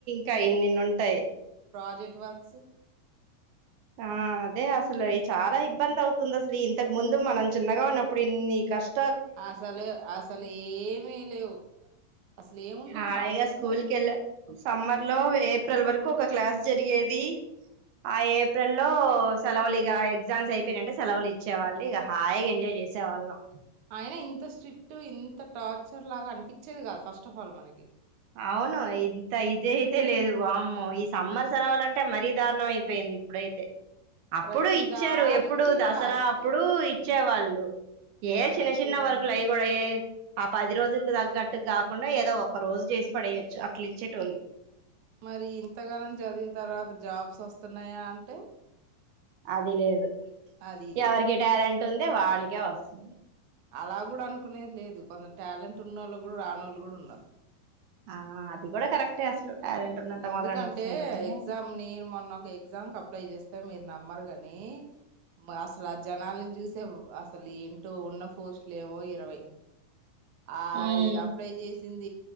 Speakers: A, on the right (about 80°); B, on the right (about 60°).
A: కా ఇన్నిన్ని ఉంటాయి
B: ప్రాజెక్ట్ వర్క్స్
A: ఆ అదే అసలు చాలా ఇబ్బంది అవుతుంది అసలు ఇంతకు ముందు మనం చిన్నగా ఉన్నప్పుడు ఇన్ని కష్
B: అసలు అసలు ఏమీ లేవు అసలు ఏమున్నాయి
A: హాయిగా
B: హాలిడేస్
A: స్కూల్
B: లో
A: కెల్లా సమ్మర్ లో ఏప్రిల్ వరకు ఒక క్లాస్ జరిగేది ఆ ఏప్రిల్ లో సెలవులు ఇగ ఎగ్జామ్స్ అయిపోయినంటే సెలవులు ఇచ్చేవాళ్ళు ఇగ హాయిగా ఎంజాయ్ చేసేవాళ్ళం
B: అయినా ఇంత స్ట్రిక్ట్ ఇంత టార్చర్ లాగా అనిపిచ్చేది కాదు ఫస్ట్ ఆఫ్ ఆల్ మనకి
A: అవును ఇంత ఇది అయితే లేదు వామ్మో ఈ సమ్మర్ సెలవాలంటే మరీ దారుణం అయిపోయింది ఇప్పుడైతే అప్పుడు
B: ప్రతి
A: ఇచ్చారు
B: దానికి
A: ఎప్పుడు దసరా
B: టాస్క్
A: అప్పుడు ఇచ్ వచ్చేవాళ్ళు ఏ చిన్న
B: ప్రతి
A: చిన్న
B: దానికి
A: వర్కులయి కూడ ఏ ఆ పది రోజులకి తగ్గట్టు కాకుండా ఏదో ఒక రోజు చేస్ పడేయొచ్చు అట్లిచ్చేటోళ్ళు
B: మరి ఇంతగానం చదివిన తర్వాత జాబ్స్ వస్తున్నాయా అంటే
A: అది లేదు
B: అది లేదు
A: ఎవరికి టాలెంట్ ట్ ఉందో వాళ్ళకే వస్తది
B: అలా కూడా అనుకునేది లేదు కొందరు టాలెంట్ ఉన్న వాళ్ళు కూడా రానోళ్ళు కూడా ఉన్నారు
A: ఆ అద్ ది కూడా కరెక్టే అసలు టాలెంట్ ఉన్నంత
B: ఎందుకంటే
A: మాత్రాన వస్తుందా కానీ
B: ఎగ్జామ్ నేను మొన్న ఒక ఎగ్జామ్ క అప్లై చేస్తే మీరు నమ్మరు కాని అసలు ఆ జనాలని చూసే అసలు ఏంటో ఉన్న పోస్టులు ఏమో ఇరవై ఆ
A: ఉమ్
B: అది అప్లై చేస్ వచ్చింద